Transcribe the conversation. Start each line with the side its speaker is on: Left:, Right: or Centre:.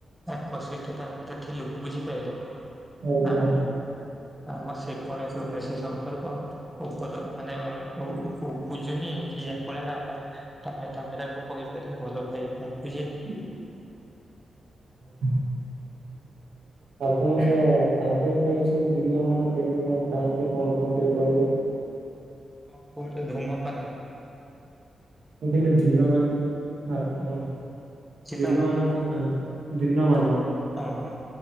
Centre: ଆକର୍ଷିତ ତାଙ୍କର ଦେଖିଲୁ ବୁଝିପାରିଲୁ?
Right: ଆଜ୍ଞା
Centre: ଆମେ ଆମ ସେ କଣ କୌଣସି ସମ୍ପର୍କ ଉପଲ ମାନେ ଉ-ପୁ-ଲ ବୁୁଝୁନି ଝିଅ ପଳେଇଲା ପରେ ତମେ ତାପରେ ତାକୁ କହିପାରିବ ଭଲ ପାଇ ବୁଝିଲୁ।
Right: ହୁଁ ହୁଁ ଆପଣଙ୍କ ଖାଦ୍ୟପେୟ ସବୁ ଦିନ ମାନ କେମିତି କଣ ଖାଆନ୍ତି କଣ କଣ ଟିକେ କହିବେ? <unintelligible>
Centre: ଆପଣ କୁହନ୍ତୁ ଧୁମମତାନା
Right: ମୁଁ କହିଲି ଦିନମାନ ହଁ
Centre: ଚିଲ
Right: ଦିନମାନ କଣ ଖାଆନ୍ତି? ଦିନମାନ?
Centre: ଓ ହୋ